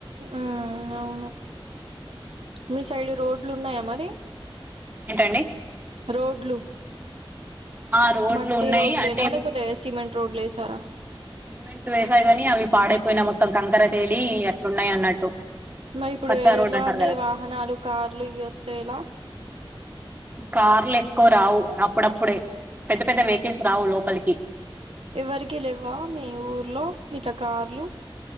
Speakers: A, on the right; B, on the right.
A: మ్మ్ అవును మీ సైడ్ రోడ్లు ఉన్నాయా మరి
B: ఏంటండి
A: రోడ్లు
B: ఆ రోడ్లు
A: మట్టి
B: ఉన్నాయి
A: రోడ్లెన
B: అంటే
A: లేకాపోతే సింమెట్ రోడ్లు ఏసారా
B: సిమెంట్ వేసారూ గాని అవి పాడైపోయినాయి మొత్తం కంకర తేలి అట్లున్నాయి. అన్నట్టు
A: మరి ఇప్పుడు
B: కచ్చా రోడ్
A: ఎలా
B: అంటారు
A: అండి
B: కదా
A: వాహనాలు కార్లు ఇవి వొస్తే ఎలా
B: కార్లూ ఏ క్కువ రావు అప్పుడప్పుడే పెద్ద పెద్ద వెహికల్స్ రావు లోపలికి
A: ఎవరికి లేవ్వ మీ ఊర్లో గిట్ల కార్లు